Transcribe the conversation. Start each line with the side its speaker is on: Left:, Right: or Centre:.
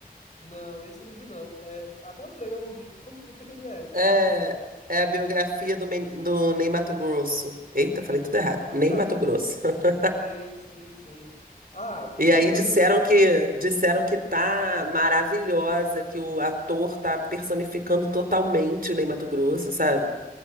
Left: Não, esse eu não vi, não. É, até o trailer eu não vi. Como, o que que ele é? Sobre
Right: É,
Left: o quê?
Right: é a biografia do, Men- do Ney Matogrosso. Eita, falei tudo errado.
Left: <laughs> Ah,
Right: Ney Matogrosso.
Left: do, Ne-
Right: <laughs>
Left: do Ney, sim, sim. Ah, bacana
Right: E aí disseram
Left: então.
Right: que disseram que tá maravilhosa, que o ator tá personificando totalmente o Ney Matogrosso, sabe?